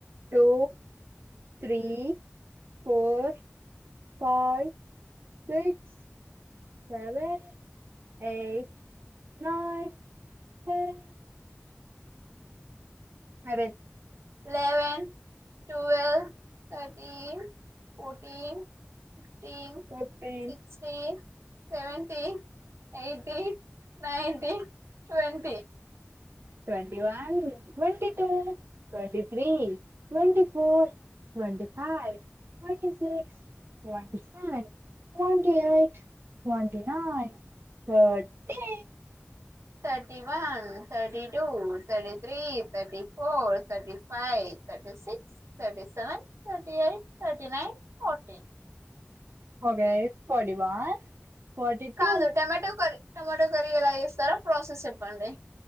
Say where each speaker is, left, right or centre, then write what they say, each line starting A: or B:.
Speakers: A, on the right; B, on the right.
A: two three four five six seven eight nine ten అదే
B: eleven twelve thirteen fourteen teen
A: fifteen
B: six eight seventy eighty ninety twenty
A: twenty one twenty two twenty three twenty four twenty ఫ hi twenty six twenty seven twenty eight twenty nine thirty
B: thirty one thirty two thirty three thirty four thirty five thirty six thirty seven thirty eight thirty nine forty
A: okay forty one forty
B: కాదు
A: two
B: tomato curry tomato curry ఎలా చేస్తారో process చెప్పండి